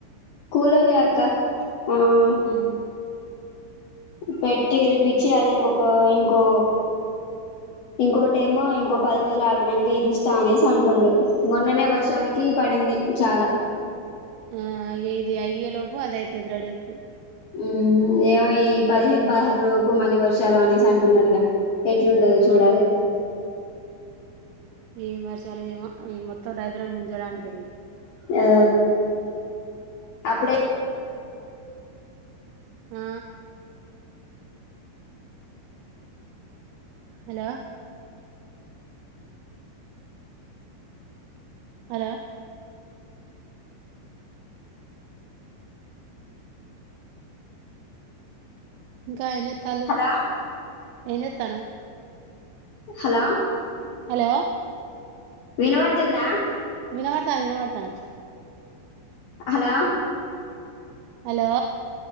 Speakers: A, on the left; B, on the right.
A: కులోల్లే అక్క ఆ
B: ఉమ్
A: పెట్టి ఇరిపచ్చి అది ఇంకొక ఇంకో ఇంకోటెమో ఇంకో పది రోజులు ఆపినక ఇరుస్తా అనేసి అంటుండు మొన్ననే వర్షానికి పడింది చాలా
B: ఆ ఇగ ఇది అయ్యే లోపు అదైతది రెడి అయితది
A: ఉమ్ ఏమో ఈ పదిహేను పదహారు లోపు మళ్ళీ వర్షాలు అనేసి అంటున్నారుగా ఎట్లుంటది చూడాలె
B: ఆ ఏం వర్షాలో ఏమో అవి మొత్ త్తం దరిద్రం ముంచడానికే అయి
A: ఆ అప్పుడే
B: ఆ హలో హలో ఇంకా ఏం తలు
A: హలో
B: ఏం చేతనవ్
A: హలో
B: హలో
A: వినబడుతుందా
B: వినపడతండి వినపడతండి
A: హలో
B: హలో